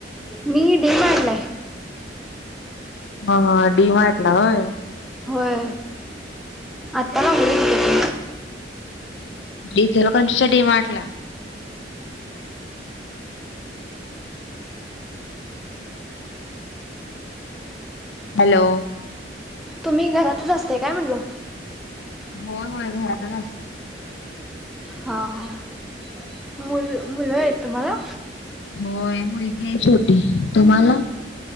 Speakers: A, in the centre; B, on the left.
A: मी डी मार्टला हाय.
B: हा हा डी मार्टला होय.
A: होय. आत्ता लागले.
B: इचलकरंजीच्या डी मार्टला. हॅलो!
A: तुम्ही घरातच असते काय म्हणलो.
B: होय होय घरातच असते.
A: हा हा मु मुलं आहेत तुम्हाला?
B: होय मुलगी आहे छोटी. तुम्हाला?